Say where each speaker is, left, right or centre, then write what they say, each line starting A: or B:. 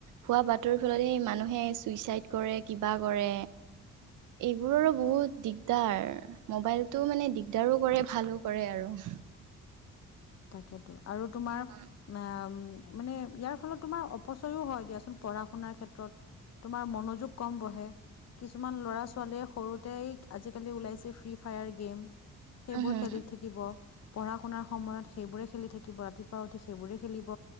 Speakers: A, on the right; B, on the left.
A: ভুৱা বাতৰিৰ ফলত স মানুহে চুইচাইদ কৰে কিবা কৰে এইবোৰৰো বহুত দিগদাৰ মোবাইলতটো মানে দিগদাৰো কৰে ভালো কৰে আৰু অ
B: তাকেইেতো আৰু তোমাৰ উ
A: উম
B: মানে ইয়াৰ ফলত তোমাৰ অপচয়ও হয় দিয়াচোন পঢ়া শুনাৰ ক্ষেত্ৰত তোমাৰ মনোযোগ কম বহে কিছুমান ল'ৰা ছোৱালীয়ে সৰুতে আজিকালি ওলাইছে ফ্ৰী ফায়াৰ গেম সেইবোৰ
A: হম
B: খেলি থাকিব পঢ়া শুনাৰ সময়ত সেইবোৰে খেলি থাকিব ৰাতিপুৱা উঠি সেইবোৰে খেলিব